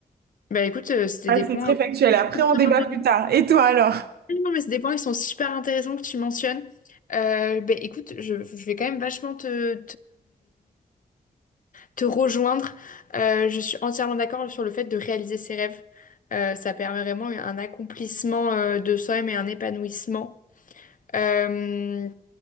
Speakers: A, on the left (about 55°); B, on the right (about 80°).
A: Bah écoute, euh, c'était
B: Ah,
A: des
B: c'est
A: points
B: très factuel. Après,
A: intéressants.
B: on débat plus tard. Et toi alors?
A: Non, mais c'est des points qui sont super intéressants que tu mentionnes. Euh, bah écoute, je, je vais quand même vachement te, te rejoindre. Euh, je suis entièrement d'accord sur le fait de réaliser ses rêves. Euh, ça permet vraiment un accomplissement euh, de soi-même et un épanouissement. Euh,